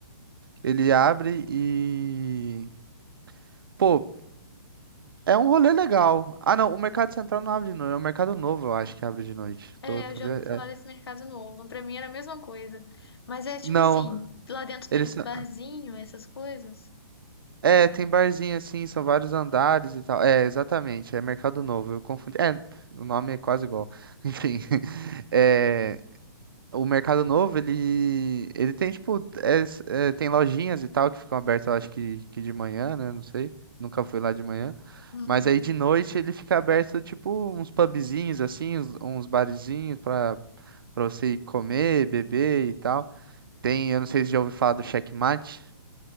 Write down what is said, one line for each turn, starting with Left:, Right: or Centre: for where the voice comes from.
Right: ele abre e. Pô, É um rolê legal. Ah, não, o Mercado Central não abre de noite. É o Mercado Novo, eu acho que abre de noite. Tô,
Left: É,
Right: tô
Left: eu já
Right: vendo.
Left: ouvi falar
Right: é.
Left: desse mercado novo. Pra mim era a mesma coisa. Mas é tipo
Right: Não,
Left: assim, lá dentro
Right: eles.
Left: tem
Right: são-
Left: barzinho, essas coisas.
Right: É, tem barzinho assim, são vários andares e tal. É, exatamente, é Mercado Novo. Eu confundi. É, o nome é quase igual. <laughs> Enfim. É. O Mercado Novo, ele, ele tem, tipo, é- é, tem lojinhas e tal que ficam abertas, eu acho que, que de manhã, né? Não sei. Nunca fui lá de manhã.
Left: Uhum.
Right: Mas aí de noite ele fica aberto, tipo, uns pubzinhos, assim, uns, uns barzinhos pra, pra você ir comer, beber e tal. Tem, eu não sei se já ouviu falar do Checkmate.